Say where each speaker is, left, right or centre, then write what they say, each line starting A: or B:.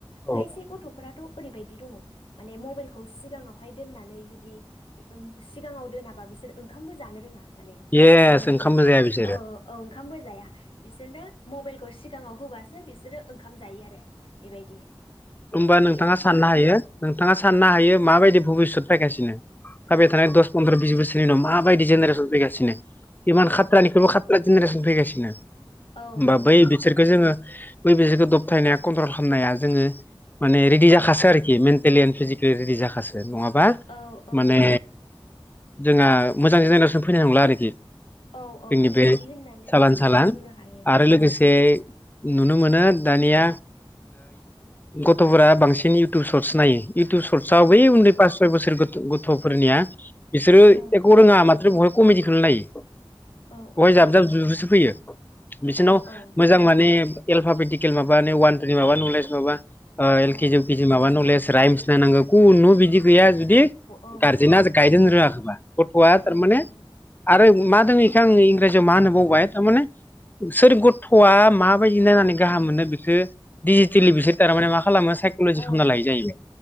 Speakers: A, on the left; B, on the left.
A: औ
B: खायसे गथ'फोराथ' ओरैबायदि दंङ माने मबाइलखौ सिगाङावहाय दोननानै जुदि ओम सिगाङाव दोनाबा बिसोर ओंखामबो जानो रोङा। माने
A: येस
B: मबाइलखौ
A: ओंखामबो जाया बिसोरो
B: औ औ ओंखामबो जाया। बिसोरनो मबाइलखौ सिगाङाव होबासो बिसोरो ओंखाम जायो आरो बेबायदि। बेबायदियाव
A: ओमबा नोंथाङा साननो हायो नोंथाङा साननो
B: औ
A: हायो माबायदि भबिसत फायगासिनो। फायबाइ
B: औ
A: थानाय
B: औ
A: दस पन्द्र बिस बोसोर उनाव मा बायिदि जेनेरेसन फैगासिनो इमान खाता्निखु्यबो
B: औ
A: खाता्सिन जेनेरेसन फैगासिनो।
B: औ
A: ओमबा
B: नंगौ
A: बै बिसोरखो जोङो बै बिसोरखौ दबथायनाया कन्ट्रल खामनाया जोङो माने रेडि जाखासो आरोखि मेन प्लेन फिजिकेल रेडि जाखासो नङाबा
B: औ औ
A: माने जोंहा मोजां जेनेरेसन फैनाय नंला आरोखि।
B: औ
A: जोंनि
B: औ
A: बे
B: बिदि होननानै
A: सालान साला
B: बुंनो हायो
A: आरो लोगोसे
B: औ।
A: नुनो मोनो दानिया गथफोरा बांसिन इउटुब सर्टस नायो। इउटुब सर्टसआव
B: औ
A: बै उन्दै पास खै बोसोर गथफोरनिया बिसोरो
B: औ
A: एक रोङा मात बहाय। कमेडिखौनो नायो।
B: औ औ
A: बहाय जाब
B: औ
A: जाब जुब जुबसो फैयो। बिसोरनाव
B: औ औ
A: मोजां माने एलफापेटिकेल माबानि वान टुनि माबा नलेज माबा
B: औ
A: एलकेजि इउकेजि माबा नलेज रायमस नायनांगौ कुनु बिदि गैया जुदि
B: औ
A: गारजेना गायद होनो रोङा गोबा गथ'आ
B: औ
A: तारमाने
B: औ
A: आरो मा दोंओ आङो इंराजियाव मा होनो बावबाय तामाने सोर गथ'आ माबायदि नायनानै गाहाम मोनो बेखो डिजिटेलि बिसोर तारमाने मा खालामो साइकलजि
B: औ
A: खालामना लायो जाहैयो